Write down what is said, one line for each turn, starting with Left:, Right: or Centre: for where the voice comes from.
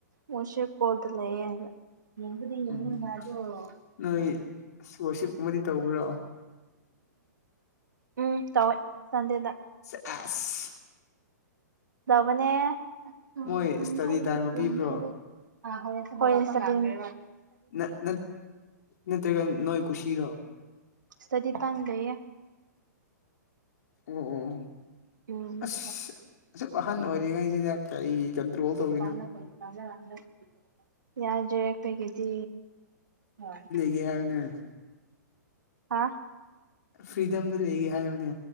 Right: ꯋꯥꯁꯆꯦꯞ ꯀꯣꯜꯗ ꯂꯩꯌꯦ ꯍꯥꯏꯕ <unintelligible> <unintelligible> ꯈꯪꯗꯦꯗ
Left: ꯎꯝ ꯅꯣꯏ ꯑꯁ ꯋꯥꯔꯁꯤꯞꯀꯨꯝꯕꯗꯤ ꯇꯧꯕ꯭ꯔꯣ
Right: ꯎꯝ ꯇꯋꯦ ꯁꯟꯗꯦꯗ
Left: ꯆꯦ ꯑꯁ
Right: ꯖꯕꯅꯦ <unintelligible>
Left: ꯃꯣꯏ ꯏꯁꯇꯗꯤ ꯇꯥꯏꯝꯒ ꯄꯤꯕ꯭ꯔꯣ
Right: <unintelligible> ꯈꯣꯏ ꯁꯚꯦꯟꯅꯦ
Left: ꯅ ꯅꯠ ꯅꯠꯇ꯭ꯔꯒ ꯅꯣꯏ ꯀꯨꯁꯤꯔꯣ
Right: ꯁ꯭ꯇꯗꯤ ꯇꯥꯝ ꯂꯩꯌꯦ
Left: ꯑꯣ ꯑꯣ
Right: ꯎꯝ
Left: ꯑꯁ ꯑꯖꯨꯛ ꯑꯍꯟ ꯑꯣꯏꯔꯤꯉꯩꯖꯤꯗ ꯀꯔꯤꯒꯤ ꯀꯟꯇ꯭ꯔꯣꯜ
Right: <unintelligible>
Left: ꯇꯧꯔꯤꯅꯣ
Right: ꯌꯥꯗ꯭ꯔꯦ ꯀꯩꯒꯤꯗꯤ ꯍꯣꯏ
Left: ꯌꯥꯔꯅ
Right: ꯍꯥꯥ
Left: ꯐ꯭ꯔꯤꯗꯝꯗ ꯂꯩꯒꯦ ꯍꯥꯏꯔꯣꯅꯦ